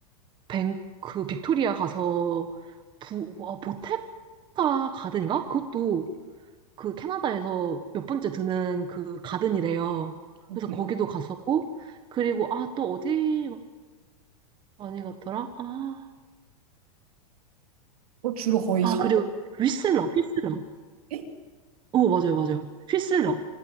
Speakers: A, on the right; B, on the right.
A: 뱅 그 빅토리아 가서 부, 와, 보테가 가든인가? 그것도 그 캐나다에서 몇 번째 드는 그 가든이래요.
B: 어,
A: 그래서
B: 그래.
A: 거기도 갔었고 그리고 아 또 어디 많이 갔더라? 아,
B: 어, 주로 거의
A: 아
B: 서부
A: 그리고 휘슬러 휘슬러.
B: 가셨대?
A: 오 맞아요 맞아요. 휘슬러